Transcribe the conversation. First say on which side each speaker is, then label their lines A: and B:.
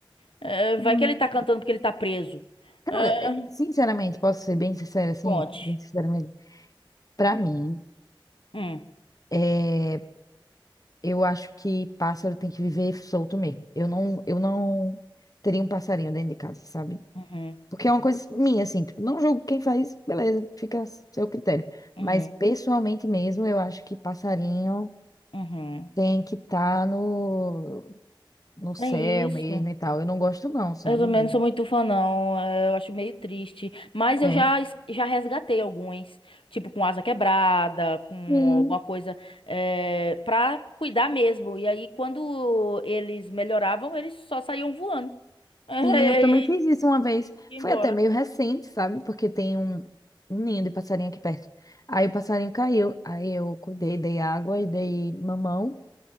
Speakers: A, on the left; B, on the left.
A: É, vai
B: Hum.
A: que ele tá cantando porque ele tá preso.
B: Cara,
A: É,
B: é, sinceramente, posso ser bem sincera, assim,
A: conte.
B: bem sinceramente, pra mim,
A: Hum,
B: é, eu acho que pássaro tem que viver solto mesmo. Eu não, eu não teria um passarinho dentro de casa, sabe?
A: uhum,
B: Porque
A: uhum,
B: é uma coisa minha, assim, tipo, não julgo quem faz, beleza, fica a seu critério.
A: uhum.
B: Mas pessoalmente mesmo, eu acho que passarinho
A: uhum.
B: tem que estar no, no céu
A: É isso.
B: mesmo e tal. Eu não gosto, não, sabe?
A: Eu também
B: De...
A: não sou muito fã, não. É, Eu acho meio triste. Mas
B: É.
A: eu já, es- já resgatei alguns. Tipo, com asa quebrada, com
B: Sim,
A: alguma coisa. É, pra cuidar mesmo. E aí, quando eles melhoravam, eles só saíam voando. <laughs> E,
B: sim, eu também fiz
A: e-
B: isso uma vez.
A: ia
B: Foi
A: embora.
B: até meio recente, sabe? Porque tem um, um ninho de passarinho aqui perto. Aí o passarinho caiu. Aí eu cuidei, dei água e dei mamão.